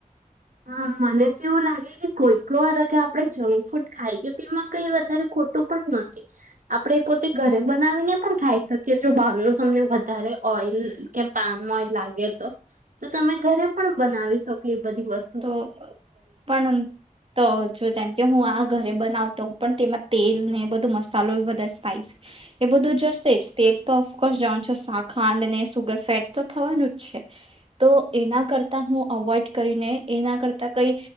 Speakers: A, on the right; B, on the right.
A: હા, મને તો એવું લાગે કે કોઈક વાર કે આપડ જંક ફૂડ ખાઈકે તોમાં કઈ વધારે ખો ટું પણ નથી. આપડે પોતે ઘરે બનાવીને પણ ખાઈ શકીએ જો બહારનું તમને વધારે ઓઈલ કે પામ ઓઈલ લાગે તો, તો તમે ઘરે પણ બનાવી શકો એ બધી વસ્
B: તો પણ તો જો જેમ કે હું આ ઘરે બનાવ તો પણ તેમાં તેલ ને એ બધું મસાલો વધાર સ્પાઈસી એ બધું જશે જ. તેલ તો ઓફકોર્સ જવાન છે શા ખાંડને સુગર સેટ તો થવાનું છે તો એના કરતા હું અવોઈડ કરીને, એના કરતા કઈ